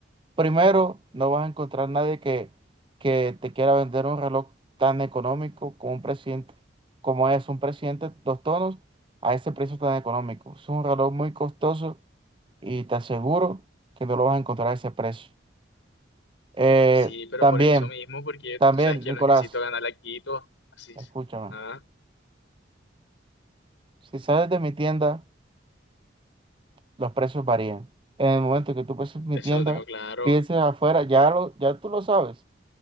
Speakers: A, on the right; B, on the left.
A: primero no vas a encontrar nadie que, que te quiera vender un reloj tan económico como un presidente, como es un presidente dos tonos a ese precio tan económico. Es un reloj muy costoso y te aseguro que no lo vas a encontrar a ese precio. Eh,
B: Sí, pero
A: también,
B: por eso mismo, porque
A: también,
B: tú sabes que
A: Nicolás,
B: yo necesito ganar la Quito. Así
A: escúchame.
B: es. Ah,
A: Si sales de mi tienda, los precios varían. En el momento que tú pases mi
B: eso
A: tienda,
B: lo tengo claro.
A: pienses afuera, ya lo, ya tú lo sabes.